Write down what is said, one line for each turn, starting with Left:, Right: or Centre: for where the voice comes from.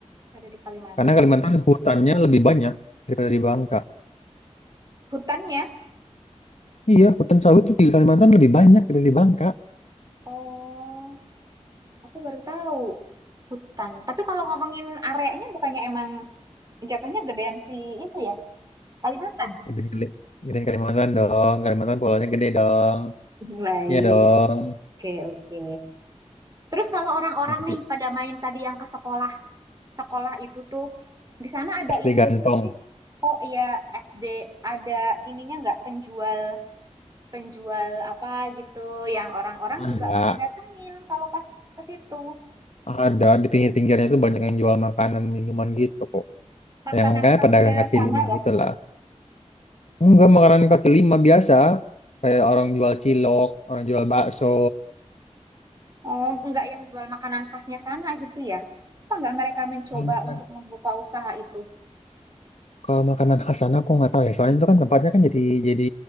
Right: Ada di Kalimantan.
Left: Karena Kalimantan hutannya lebih banyak daripada di Bangka.
Right: Hutannya?
Left: Iya, hutan sawit tuh di Kalimantan lebih banyak daripada di Bangka.
Right: Oh, aku baru tahu. Hutan. Tapi kalau ngomongin areanya bukannya emang jatuhnya gedean si itu ya? Kalimantan.
Left: Gede, gede. Gedein Kalimantan dong. Kalimantan pulaunya gede dong.
Right: <laughs> Baik.
Left: Iya dong.
Right: Oke, oke. Terus kalau orang-orang
Left: Nanti
Right: nih pada main tadi yang ke sekolah, sekolah itu tuh di sana ada
Left: SD
Right: ininya
Left: Gantong.
Right: juga sih. Oh iya, SD ada ininya nggak penjual penjual apa gitu yang orang-orang
Left: Ada.
Right: juga pada datengin kalau pas ke situ
Left: Ada. Di pinggir-pinggirnya itu banyak yang jual makanan, minuman gitu kok.
Right: makanan
Left: Yang kayak
Right: khasnya
Left: pedagang kaki
Right: sana
Left: lima
Right: ya
Left: gitu lah. Enggak, makanan kaki lima biasa. Kayak orang jual cilok, orang jual bakso.
Right: oh nggak yang jual makanan khasnya sana gitu ya apa nggak mereka mencoba
Left: Kalau makan,
Right: untuk membuka usaha itu
Left: kalau makanan khas sana aku nggak tahu ya. Soalnya itu kan tempatnya kan jadi jadi